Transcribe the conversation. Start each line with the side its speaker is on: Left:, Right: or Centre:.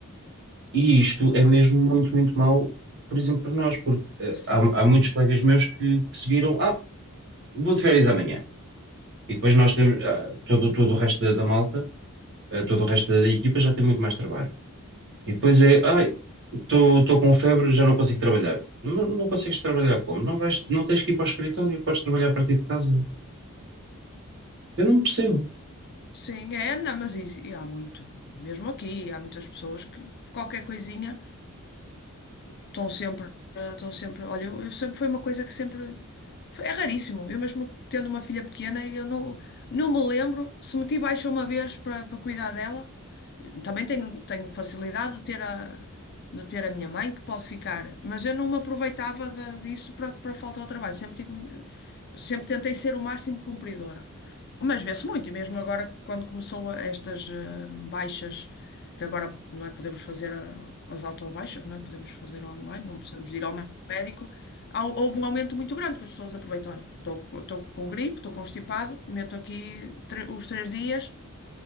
Right: E isto
Left: Claro.
Right: é mesmo muito, muito mau, por exemplo, para nós, porque eh,
Left: Sim,
Right: há, há muitos colegas meus que, que se viram, ah, vou de férias amanhã. E depois nós temos, ah, todo, todo o resto da, da malta, eh, todo o resto da, da equipa já tem muito mais trabalho. E depois é, ai, estou com febre, já não consigo trabalhar. Não, não consegues trabalhar como? Não vais, não tens que ir para o escritório, podes trabalhar a partir de casa. Eu não percebo.
Left: sim, é, não, mas isso- e há muito, mesmo aqui, há muitas pessoas que por qualquer coisinha. estão sempre, estão sempre, olha, eu, eu sempre foi uma coisa que sempre foi- é raríssimo. Eu mesmo tendo uma filha pequena, eu não, não me lembro se meti baixa uma vez para para cuidar dela. Também tenho, tenho facilidade de ter a, de ter a minha mãe que pode ficar, mas eu não me aproveitava da- disso para para falta ao trabalho. Sempre tive, sempre tentei ser o máximo cumpridora. Mas vê-se muito, e mesmo agora, quando começou a- estas eh, baixas, que agora não é podemos fazer a- as autobaixas, não é? Podemos fazer online, não precisamos de ir ao médico. há- Houve um aumento muito grande que as pessoas aproveitam. Olha, Estou com gripe, estou constipado, meto aqui tre- os três dias,